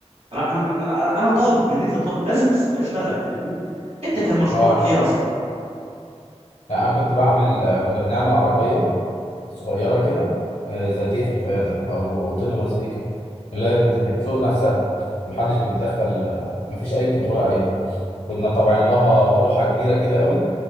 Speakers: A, on the right (about 60°); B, on the left (about 70°).
A: لا انا انا انا أنا طالب مهنتي طالب لازم أس- اشتغل فاهمني انت كان مشروعك
B: اه
A: ايه اصلا
B: لا، انا كنت بعمل كنا بنعمل عربيه صغيرة كده آه، ذاتية القيادة أو autonomous vehicle اللي هي بت- بتسوق نفسها محدش بيتدخل آه، مفيش أي كنترول عليها كنا طبعا لها لوحة كبيرة كده قوي